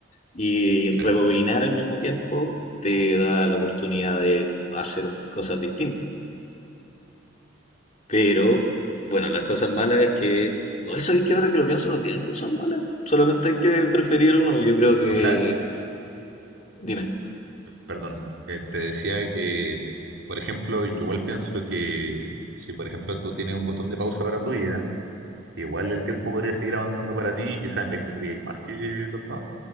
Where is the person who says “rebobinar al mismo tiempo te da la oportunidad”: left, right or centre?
Left